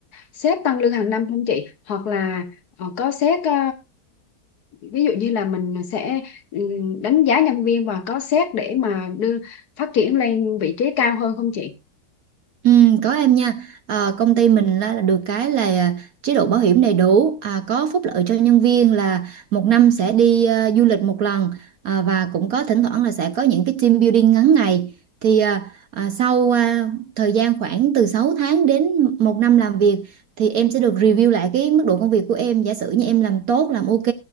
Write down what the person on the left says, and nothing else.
sếp tăng lương hàng năm không chị? Hoặc là ờ, có sếp ờ, ví dụ như là mình sẽ ừm, đánh giá nhân viên và có sếp để mà đưa phát triển lên vị trí cao hơn không chị?